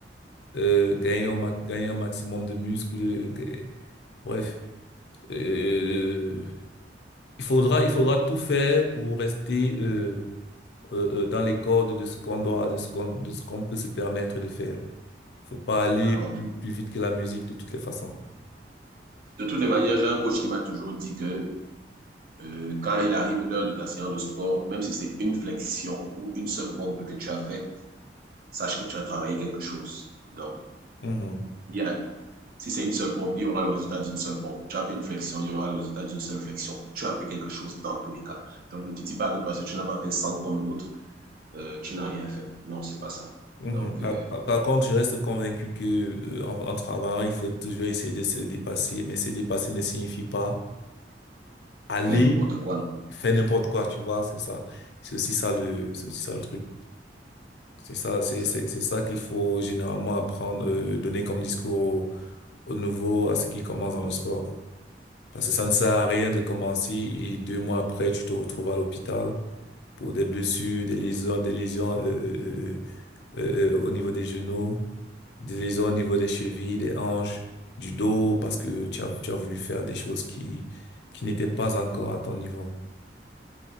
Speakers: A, on the left (about 65°); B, on the right (about 55°).
A: euh, gagner un, ma- gagner un maximum de muscles. euh, ga- Bref, euh, il faudra il faudra tout faire pour rester euh, euh, euh, dans les cordes de ce qu'on doit, de ce qu'on de ce qu'on peut se permettre de faire. Faut pas aller
B: D'accord.
A: plus, plus vite que la musique de toutes les façons.
B: De toutes les manières, j'ai un coach qui m'a toujours dit que Euh, quand il arrive l'heure de ta séance de sport, même si c'est une flexion ou une seule pompe que tu as faite, sache que tu as travaillé quelque chose. Donc,
A: Mhm.
B: il y a, si c'est une seule pompe, il y aura le résultat d'une seule pompe. Tu as fait une flexion, il y aura le résultat d'une seule flexion. Tu as fait quelque chose dans tous les cas. Donc, ne te dis pas que parce que tu n'as pas fait 100 comme l'autre, euh, tu n'as rien fait. Non, c'est pas ça.
A: Mhm.
B: Donc,
A: Par,
B: euh,
A: par- par contre, je reste convaincu que euh, en, en travaillant, il faut toujours essayer de se dépasser, mais se dépasser ne signifie pas aller
B: faire n'importe quoi, non.
A: faire n'importe quoi,
B: Oui,
A: tu vois, c'est ça. C'est aussi ça le, c'est aussi ça le truc. C'est ça, c'est
B: c'est ça.
A: c'est c'est ça qu'il faut généralement apprendre, euh, donner comme discours aux, aux nouveaux, à ceux qui commencent dans le sport. Parce que ça ne sert à rien de commencer et deux mois après, tu te retrouves à l'hôpital pour des blessures, des lésions, des lésions. euh, euh, euh, euh, euh, euh, au niveau des genoux, des lésions au niveau des chevilles, des hanches, du dos, parce que tu as, tu as voulu faire des choses qui, qui n'étaient pas encore à ton niveau.